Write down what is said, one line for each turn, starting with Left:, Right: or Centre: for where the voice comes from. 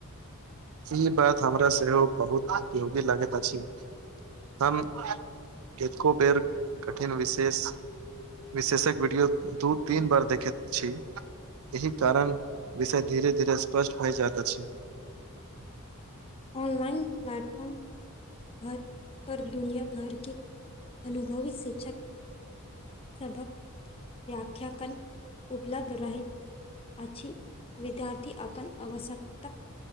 Right: ई बात हमरा सेहो बहुत उपयोगी लागैत अछि हम एको बेर कठिन विशेष विशेषज वीडियो दू तीन बार देखैत छी एहि कारण विषय धीरे धीरे स्पष्ट होइ जाइत अछि
Left: ऑनलाइन प्लाटफॉर्म भर पर दुनिया भर के अनुभवी शिक्षा सबहक व्यख्यन उपलब्ध रहैत अछि विद्यार्थी अपन आवश्यक